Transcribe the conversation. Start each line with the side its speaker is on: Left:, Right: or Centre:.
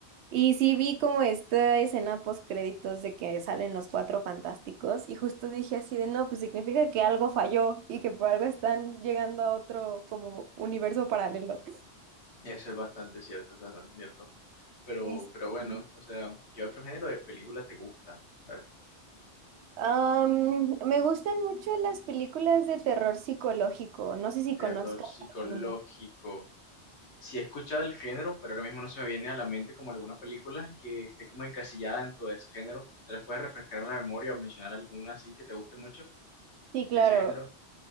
Right: Y sí vi como esta escena post créditos de que salen los cuatro fantásticos y justo dije así de no, pues significa que algo falló y que por algo están llegando a otro como universo paralelo.
Left: Eso es bastante cierto, es bastante cierto. Pero,
Right: Y sí.
Left: pero bueno,
Right: sí.
Left: o sea, ¿qué otro género de película te gusta? ¿Sabes?
Right: Am, me gustan mucho las películas de terror psicológico, no sé si
Left: Terror
Right: conozcas
Left: psicológico.
Right: alguna.
Left: Sí he escuchado el género, pero ahora mismo no se me viene a la mente como alguna película que esté como encasillada dentro de ese género. ¿Te las puedes refrescar en la memoria o mencionar alguna así que te guste mucho
Right: Sí, claro.
Left: de ese género?